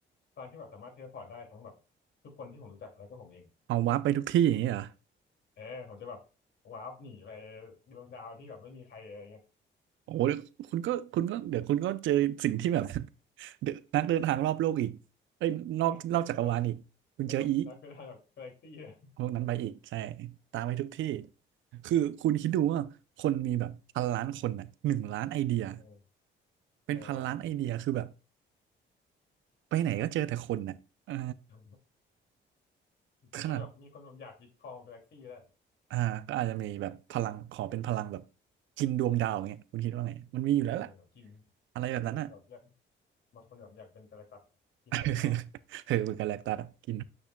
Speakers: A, on the left; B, on the right.
A: พลังที่แบบสามารถเทเลพอร์ตได้ทั้งแบบทุกคนที่ผมรู้จักแล้วก็ผมเอง
B: เอาวาร์ปไปทุกที่อย่างนี้เหรอ
A: เออผมจะแบบว้าร์ปหนีไปดวงดาวที่แบบไม่มีใครอะไรเงี้ย
B: โอ้โหคุณก็คุณก็เดี๋ยวคุณก็เจอสิ่งที่แบบ <laughs> เดี๋ยวนักเดินทางรอบโลกอีกเอ้ยนอกนอกจักรวาลอีกคุณเจออีก
A: <laughs> ตอนเป็นแบบนักเป็นแบบกาแล็กซี่อะ
B: พวกนั้นไปอีกใช่ตามไปทุกที่คือคุณคิดดูว่าคนมีแบบพันล้านคนน่ะหนึ่งล้านไอเดีย
A: เออ
B: เป็นพันล้านไอเดียคือแบบ
A: เออเออ
B: ไปไหนก็เจอแต่คนน่ะเออ
A: เออก็จะแบบมีคนแบบอยากยึดครองกาแล็กซี่แล้ว
B: ขนาด อ่าก็อาจจะมีแบบพลังขอเป็นพลังแบบกินดวงดาวอย่างเงี้ยคุณคิดว่าไงมันมีอยู่แล้วล่ะ
A: เออแบบกิน
B: อะไรแบบนั้นอ่ะ
A: เออแบบอยากบางคนแบบอยากเป็นกาแล็กตัสกินดวงดาว
B: <laughs> เออเหมือนกับแลคตัสอะกิน